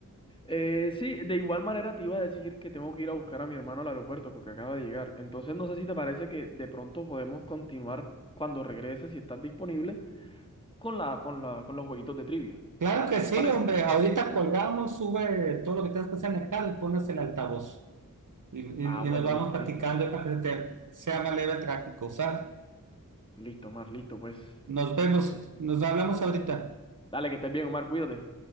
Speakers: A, on the left; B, on the right.
A: Eh, sí, de igual manera te iba a decir que tengo que ir a buscar a mi hermano al aeropuerto porque acaba de llegar. Entonces no sé si te parece que de pronto podemos continuar cuando regreses, si estás disponible. Con la, con la, con los jueguitos de trivia.
B: Claro que sí,
A: ¿Te parece?
B: hombre. Ahorita colgamos, sube todo lo que tengas que hacer en el carro y pones el altavoz. Y, y-
A: Ah, bueno,
B: y nos vamos
A: listo,
B: platicando
A: listo.
B: para que se te sea más leve el tráfico, ¿sale?
A: Listo, Omar, listo, pues.
B: Nos vemos,
A: Entonces,
B: nos hablamos ahorita.
A: dale, que estés bien, Omar, cuídate.